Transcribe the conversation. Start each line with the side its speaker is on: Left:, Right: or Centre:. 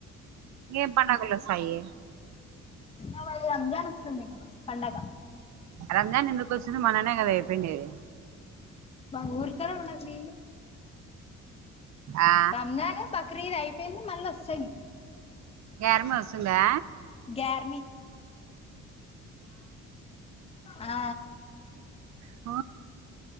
Right: ఏం పండగలు వస్తాయి.
Left: ఆ వాళ్ళది రంజాన్ వస్తుంది పండగ.
Right: రంజాన్ ఎందుకు వస్తుంది మొన్ననే కదా అయిపోయిండెది.
Left: అబ్బా ఊరికనే ఉండగ <inaudible>
Right: ఆ
Left: రంజాన్, బక్రీద్ అయిపోయింది మళ్ళ వస్తయి.
Right: గ్యారిమి వస్తుందా.
Left: గ్యార్మి ఆ
Right: ఆ